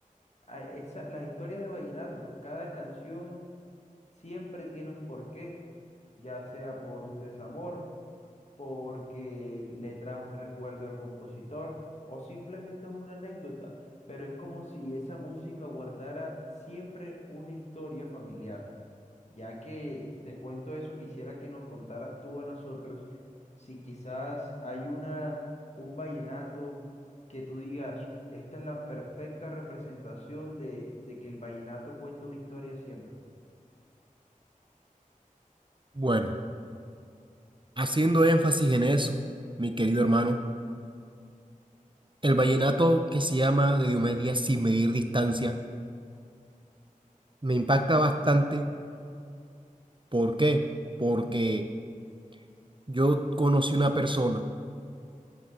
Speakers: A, on the left; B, on the right.
A: a esa- las historias de vallenato, cada canción siempre tiene un porqué, ya sea por un desamor porque le trae un recuerdo al compositor o simplemente es una anécdota, pero es como si esa música guardara siempre una historia familiar. Ya que te cuento eso, quisiera que nos contaras tú a nosotros si quizás hay una un vallenato que tú digas, esta es la perfecta representación de, de que el vallenato cuenta una historia siempre.
B: Bueno, haciendo énfasis en eso, mi querido hermano, el vallenato que se llama de Diomedes Díaz Sin Medir Distancia me impacta bastante. ¿Por qué? Porque yo conocí una persona